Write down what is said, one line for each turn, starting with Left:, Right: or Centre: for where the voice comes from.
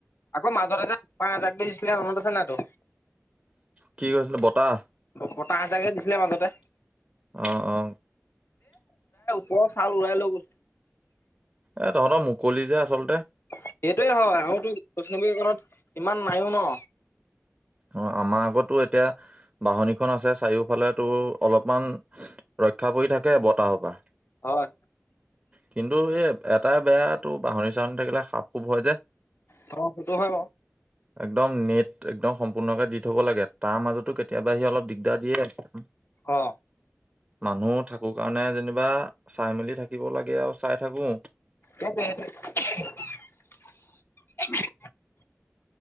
Left: আকৌ মাজতে যাকজ। ব দিছিলে মনত আছে নাই টো।
Right: কি কৈইছিলে বতাহ।
Left: প বতাহ হজাকে দিছিলে মাজতে।
Right: অহ অ।
Left: বহত চাল উোৱা লৈগল।
Right: এ তহঁতৰ মুকলি যে আচলতে।
Left: সেইটোৱে হয় আৰু কৈষ্ণৱী কণত। ইমান নাইয়ো ন।
Right: অ আমাৰ আগতো এতিয়া বাহনিখন আছে। চাৰিওফালে অলপমান। ৰক্ষা পৰি থাকে বতাহ পা।
Left: হয়
Right: কিন্তু এই এটাই বেয়াতটো বাঁহনি চাহনি থাকিলে সাপ খুব হয় যে।
Left: ত ফটো হয়।
Right: একদম নেট একদম। সম্পূৰ্ণকে দি থ'ব লাগে তাৰ মাজতো কেতিয়াবা সি অলপ দিগদাৰ দিয়ে।
Left: অ।
Right: মানুহ থাকো কাৰণে যেনিবা চাই মেলি থাকিব লাগে আৰু চাই থাকো।
Left: ক <unintelligible>